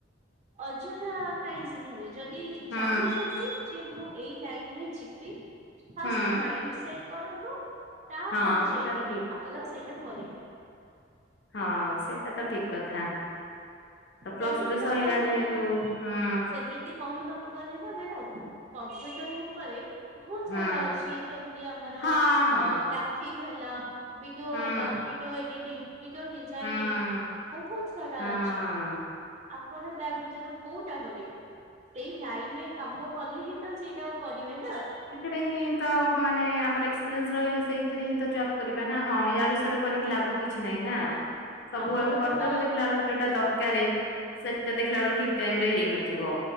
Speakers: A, on the right; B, on the left.
A: ଅଯଥା କାହିଁ ଶିଖିବେ ଯଦି
B: ହୁଁ
A: ଚାହୁଁଛନ୍ତି ଯେ ମୁଁ ଏଇ ଲାଇନରେ ଯିବି ଫାଷ୍ଟ
B: ହୁଁ
A: ମାଇଣ୍ଡ ସେଟ୍ କରନ୍ତୁ ତାପରେ
B: ହଁ ସେଟା
A: ଯାଇକି
B: ଠିକ
A: ଆପଣ ସେଇଟା କରିବେ।
B: ହଁ ସେଇଟା ତ ଠିକ କଥା। ତ ପ୍ଲସ
A: ସେମିତି
B: ଟୁ
A: ତ
B: ସଇଲା
A: କହିବାକୁ
B: ଯେହେତୁ ହଁ।
A: ସେମିତି କହିବାକୁ ଗଲେ ନାଁ ମ୍ୟାଡମ୍ କମ୍ପ୍ୟୁଟର ଉପରେ ବହୁତ ସାର୍
B: ହୁଁ
A: ଅଛି, ଯେମତି ଆମର
B: ହଁ ହଁ
A: ଗ୍ରାଫିକ ହେଲା, ଭିଡିଓ
B: ହୁଁ
A: ହେଲା ଭିଡିଓ ଏଡିଟିଂ, ଭିଡିଓ ଡିଜାଇନିଂ
B: ହୁଁ
A: ବହୁତ ସାରା
B: ହଁ
A: ଅଛି। ଆପଣ ତା ଭିତରୁ କୋଉଟା କରିବେ ସେଇ ଲାଇନରେ କାମ କଲେ ହିଁ ତ ସେଇଟା ଆଉ କରିବେ ନା।
B: ରେ ହିଁ ତ ମାନେ ଆମର ଏକ୍ସପେରିଏନ୍ସ ରହିଲେ ସେଇ ସେଇ ହିଁ ତ ଜବ୍ କରିବା ନା ହଁ ୟାଡୁ ସାଡ କରିକି ଲାଭ କିଛି ନାଇଁ ନାଁ
A: ହଁ।
B: ସବୁ
A: ଆପଣ
B: ଆଡୁ କରିଦବ
A: ଧର
B: ଦେଖିଲା ବେଳକୁ ଯୋଉଟା ଦରକାର ସେଟା ଦେଖିଲା ବେଳକୁ ଠିକ ଟାଇମ୍ ରେ ହେଇନଥିବ।